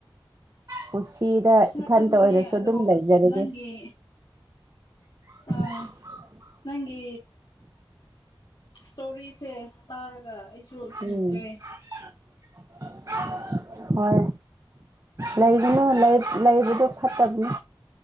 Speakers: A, on the right; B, on the left.
A: ꯄꯨꯟꯁꯤꯗ
B: ꯑꯩꯅ
A: ꯏꯊꯟꯇ
B: ꯈꯟꯕꯅꯦ
A: ꯑꯣꯏꯔꯁꯨ
B: ꯑꯗꯣ
A: ꯑꯗꯨꯝ ꯂꯩꯖꯔꯒꯦ
B: ꯑꯁ ꯅꯪꯒꯤ
A: <unintelligible>
B: ꯑ ꯅꯪꯒꯤ ꯏꯁꯇꯣꯔꯤꯁꯦ ꯇꯥꯔꯒ ꯑꯩ ꯁꯣꯛꯈ꯭ꯔꯦ
A: ꯎꯝ <inaudible> ꯍꯣꯏ ꯂꯩꯒꯅꯨ ꯂꯩꯕꯗꯨꯣ ꯐꯠꯇꯕꯅꯤ